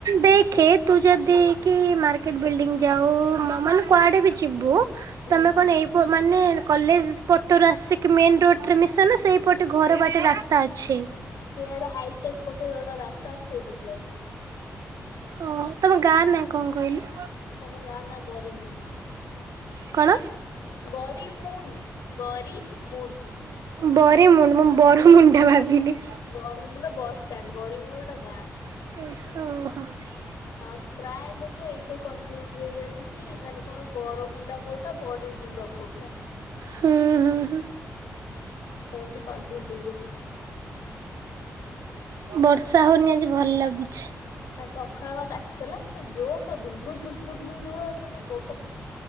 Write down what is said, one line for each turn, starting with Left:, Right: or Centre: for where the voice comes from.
Right: ଦେଖେ ତୁ ଯଦି କି ମାର୍କେଟ ବିଲଡିଙ୍ଗି ଯାଉ ମ ମାନେ କୁଆଡେ ବି ଛିବୁ
Left: ହୁଁ
Right: ତମେ କଣ ଏଇ ପ ମାନେ କଲେଜ ପଟରୁ ଆସିକି ମେନ ରୋଟ୍ ରେ ମିଶନା ସେଇପଟେ ଘର ବାଟେ ରାସ୍ତା ଅଛି।
Left: ସେଆଡେ ହାଇଟେକ୍ ପଟେ ଗୋଟା ରାସ୍ତା ଅଛି ସେଇପଟେ ଯାଉ।
Right: ଅହଁ ତମ ଗାଁନା କଁ କହିଲୁ।
Left: ଆମ ଗାଁ ନା ବରିମୁଣ୍ଡ।
Right: କଣ
Left: ବରି ମୁଣ୍ଡ ବରି ମୁଣ୍ଡ।
Right: ବରିମୁଣ୍ଡ ମୁଁ ବରମୁଣ୍ଡା ଭାବିଲି।
Left: ବରମୁଣ୍ଡା ବସ୍ ଷ୍ଟାଣ୍ଡ ବରିମୁଣ୍ଡାଟା ଗାଁ।
Right: <unintelligible>
Left: ଆଉ ସ୍ ପ୍ରାୟ ଲୋକୋ ଏଇଥିରେ କନଫ୍ୟୁଜ୍ ହେଇଯାନ୍ତି କି ମାନେ କଁ ବରମୁଣ୍ଡା କୋଉଟା ବରିମୁଣ୍ଡ କୋଉଟା।
Right: ହୁଁ ହୁଁ ହୁଁ।
Left: ଏନ୍ତି କନଫ୍ୟୁଜ୍ ହେଇଯାଆନ୍ତି।
Right: ବର୍ଷା ହୋଉନି ଆଜି ଭଲ ଲାଗୁଛି।
Left: ଆଜି ସଖାଳ ବା କାଚଦେଲା ପୁରା ଜୋର୍ ପୁରା ଦୂର୍ ଦୂର୍ ଦୂର୍ ଦୂର୍ ଦୂର୍ ଯୋଉରା ମାନେ ବ